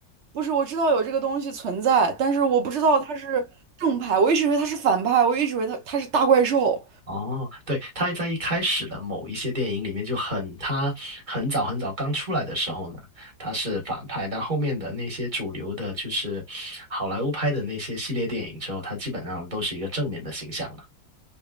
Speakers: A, on the right; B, on the right.
A: 不是我知道有这个东西存在，但是我不知道它是正派，我一直以为它是反派，我一直以为它它是大怪兽。
B: 哦，对，他在一开始的某一些电影里面就很，他很早很早刚出来的时候呢，他是反派，但后面的那些主流的，就是好莱坞拍的那些系列电影之后，他基本上都是一个正面的形象了。